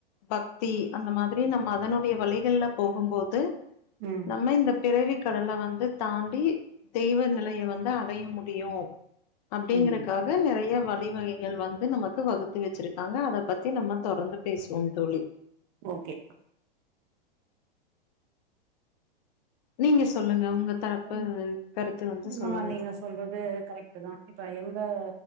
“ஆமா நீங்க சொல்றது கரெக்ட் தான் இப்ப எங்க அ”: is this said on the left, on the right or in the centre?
Right